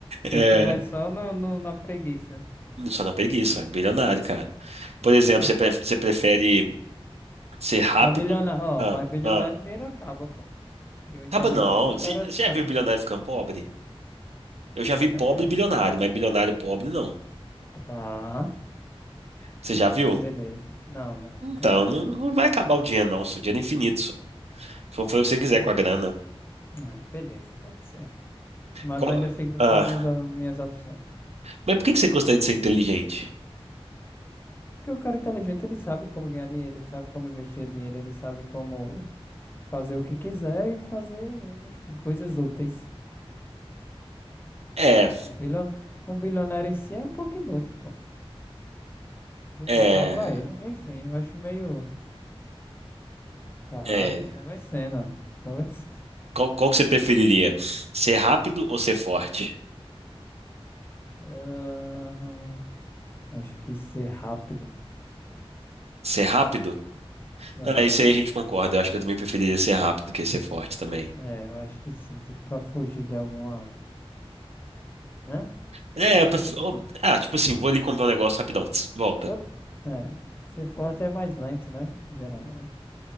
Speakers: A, on the left; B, on the right.
A: E
B: É,
A: tu vai só no, no- na preguiça.
B: só na preguiça, é bilionário, cara. Por exemplo,
A: Putz.
B: você, pre- você prefere ser rápido?
A: Mas bilionário, ó,
B: Ah,
A: mas bilionário
B: ah.
A: o dinheiro acaba, pô. E o inteligente
B: Acaba não.
A: o cara
B: Você, você
A: sabe.
B: já viu bilionário ficando pobre? Eu já vi pobre
A: É,
B: bilionário, mas bilionário pobre não.
A: tá.
B: Você já viu?
A: Beleza. Não, né?
B: Então,
A: Realmente.
B: não, não vai acabar o dinheiro, não. Isso, o dinheiro é infinito. Isso. Só foi o que você quiser
A: É,
B: com a grana.
A: é, beleza, pode ser. Mas
B: Co-
A: eu ainda fico
B: Ah,
A: com as minhas, as minhas opções.
B: mas por que que você gostaria de ser inteligente?
A: Porque o cara inteligente, ele sabe como ganhar dinheiro, ele sabe como investir dinheiro, ele sabe como fazer o que quiser e fazer, enfim, coisas úteis.
B: É,
A: Um bilhon, um bilionário em si é um pouco inútil, pô. Vive
B: é,
A: só pra ele. Enfim, eu acho meio. Tá,
B: é.
A: tô convencendo. ó. Tô convencendo.
B: Qual, qual que você preferiria? Ser rápido ou ser forte?
A: Ahn, acho que ser rápido.
B: Ser rápido?
A: É,
B: Não, é isso aí a gente concorda. Eu acho que eu também preferiria ser rápido que ser forte também.
A: é, eu acho que sim. Tipo, pra fugir de alguma. Né?
B: É, eu pref- oh, ah, tipo assim, vou ali comprar um negócio rapidão. Tss, Volta.
A: Op, é. Ser forte é mais lento, né? Geralmente.